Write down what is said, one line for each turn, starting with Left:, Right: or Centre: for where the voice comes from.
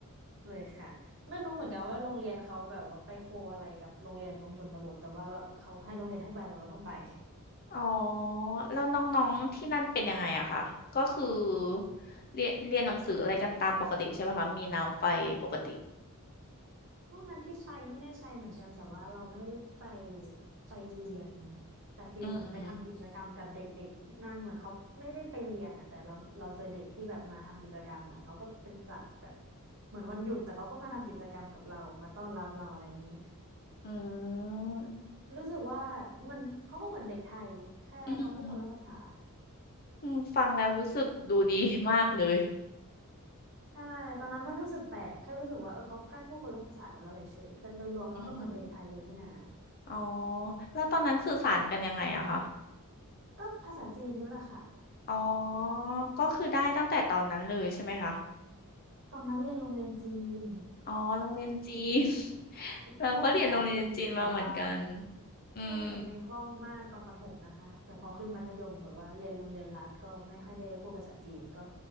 Right: เลยค่ะไม่รู้เหมือนกันว่าโรงเรียนเขาแบบว่าไปโคอะไรกับโรงเรียนตรงชนบทแต่ว่าเราเขาให้โรงเรียนให้ไปเราก็ต้องไป <laughs>
Left: อ๋อแล้วน้องๆที่นั่นเป็นยังไงอะคะ ก็คือเรียนเรียนหนังสืออะไรกันตามปกติใช่ปะคะ มีน้ำไฟปกติ
Right: ช่วงนั้นที่ไปไม่แน่ใจเหมือนกันแต่ว่าเราไม่ได้ไปไปเรียนแต่ฟิลเหมือนไปทำกิจกรรมกับเด็กๆที่นั่นเหมือนเขาไม่ได้ไปเรียนอ่ะแต่เราเราเจอเด็กที่แบบมาทำกิจกรรมเหมือนเขาก็เป็นจัดแบบ
Left: อืม
Right: เหมือนวันหยุดแต่เขาก็มาทำกิจกรรมกับเรามาต้อนรับเราอะไรอย่างนี้
Left: อืม
Right: รู้สึกว่ามันเขาก็เหมือนเด็กไทยแค่เขาพูดคนละภาษา
Left: อืม
Right: <laughs>
Left: อืมฟังแล้วรู้สึกดูดีมากเลย
Right: ใช่ตอนนั้นมันรู้สึกแปลกแค่รู้สึกว่าเออเขาแค่พูดคนละภาษากับเราเฉยๆแต่โดยรวมเราก็เหมือนเด็กไทยเลยนี่นา
Left: อืม อ๋อแล้วตอนนั้นสื่อสารกันยังไงอะคะ
Right: ก็ภาษาจีนนี่แหละค่ะ
Left: อ๋อก็คือได้ตั้งแต่ตอนนั้นเลยใช่ไหมคะ
Right: ตอนนั้นเรียนโรงเรียนจีน
Left: อ๋อโรงเรียนจีน <laughs> เราก็เรียนโรงเรียนจีนมาเหมือนกัน
Right: พูดภาษาจีนแบบว่า
Left: อืม
Right: พูดภาษาจีนคล่องมากตอนประถมนะคะแต่พอขึ้นมัธยมแบบว่าเรียนโรงเรียนรัฐก็ไม่ค่อยได้พูดภาษาจีนก็